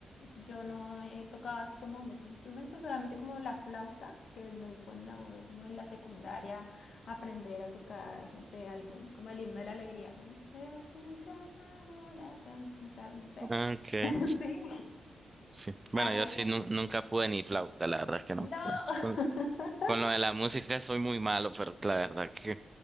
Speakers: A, on the left (about 65°); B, on the right (about 25°).
A: yo no he tocado así como muchos instrumentos, solamente como la flauta, que lo ponen a uno como en la secundaria, aprender a tocar, no sé, algún, como el himno de la alegría, como escucha, hermano, la canción, no sé.
B: ok.
A: <laughs> Sí.
B: Sí.
A: Así,
B: Bueno, yo
A: eh,
B: sí nu- nunca pude ni flauta, la verdad es que
A: no,
B: no pude.
A: <laughs>
B: Con lo de la música soy muy malo, pero la verdad que